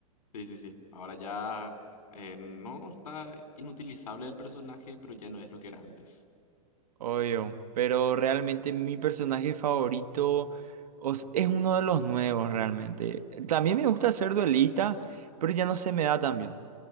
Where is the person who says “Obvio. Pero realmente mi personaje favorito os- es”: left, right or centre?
Right